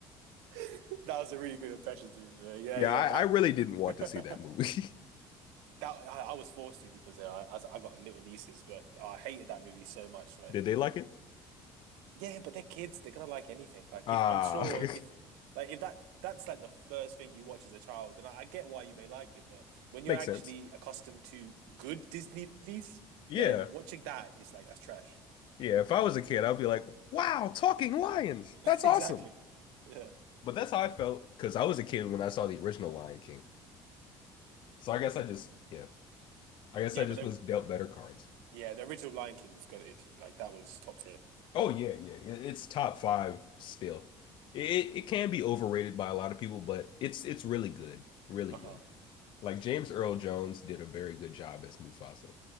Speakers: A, on the right; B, on the left.
A: <laughs> That was a really good impression to me. Yeah,
B: Yeah,
A: yeah,
B: I,
A: that
B: I really didn't
A: <laughs>
B: want
A: that
B: to see that movie.
A: I, I was forced to because uh, I I got little nieces, but I hated that movie so much.
B: <laughs>
A: Like,
B: Did they like it?
A: yeah, but they're kids; they're gonna like anything. Like,
B: Ah,
A: if I'm sure if
B: <laughs>
A: like if that that's like the first thing you watch as a child, then I, I get why you may like it. But when you're
B: makes
A: actually
B: sense.
A: accustomed to good Disney movies,
B: Yeah.
A: then watching that is like that's trash.
B: Yeah. If I was a kid, I'd be like, wow, talking lions.
A: <laughs>
B: That's awesome.
A: Exactly. Yeah.
B: But that's how I felt because I was a kid when I saw the original Lion King. So I guess I just, yeah, I guess
A: Yeah,
B: I just
A: but they
B: was dealt better cards.
A: Yeah, the original Lion King was goated. Like that was top tier.
B: Oh, yeah. Yeah. It- It's top five still. It, it can be overrated by a lot of people, but it's it's really good. Really
A: Uh
B: good.
A: huh.
B: Like James Earl Jones did a very good job as Mufasa.